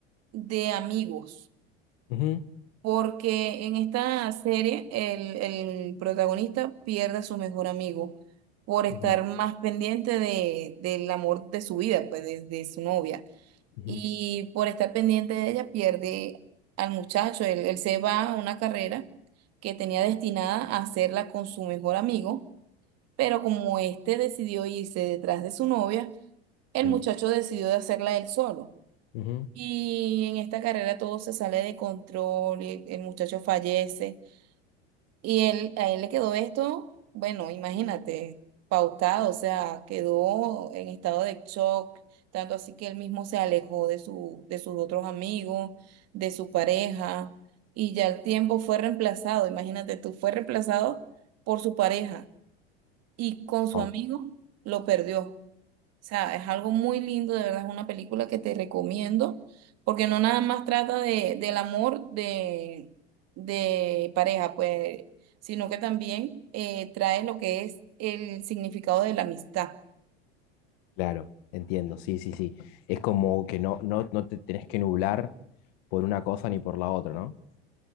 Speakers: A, on the right; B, on the left.
A: de amigos,
B: Ujú,
A: porque en esta serie el, el protagonista pierde a su mejor amigo por estar
B: ujú,
A: más pendiente de, del amor de su vida, pues de, de su novia,
B: ujú,
A: y por estar pendiente de ella pierde al muchacho, él, él se va a una carrera que tenía destinada a hacerla con su mejor amigo pero como este decidió irse detrás de su novia, el
B: sí,
A: muchacho decidió de hacerla él solo.
B: ujú.
A: Y en esta carrera todo se sale de control y el el muchacho fallece. Y él, a él le quedó esto, bueno, imagínate, pautado, o sea, quedó en estado de shock, tanto así que él mismo se alejó de su, de sus otros amigos, de su pareja, y ya el tiempo fue reemplazado, imagínate tú, fue reemplazado por su pareja y con su
B: Oh,
A: amigo lo perdió. O sea, es algo muy lindo, de verdad, es una película que te recomiendo, porque no nada más trata de, del amor de, de pareja, pues, sino que también eh, trae lo que es el significado de la amistad.
B: claro, entiendo, sí, sí, sí. Es como que no, no, no te tenés que nublar por una cosa ni por la otra, ¿no?